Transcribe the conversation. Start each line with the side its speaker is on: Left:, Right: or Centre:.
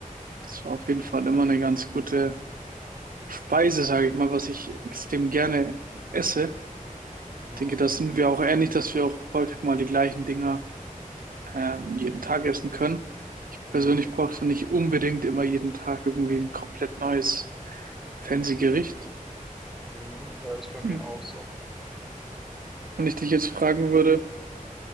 Right: Das war auf jeden Fall immer eine ganz gute Speise, sage ich mal, was ich extrem gerne esse.
Centre: Mhm.
Right: Ich denke, das sind wir auch ähnlich, dass wir auch häufig mal die gleichen Dinge ähm, jeden Tag essen können. Ich
Centre: Mhm.
Right: persönlich brauche nicht unbedingt immer jeden Tag irgendwie ein komplett neues fancy Gericht.
Centre: Mhm. Das ist bei
Right: Hm.
Centre: mir auch so.
Right: Wenn ich dich jetzt fragen würde,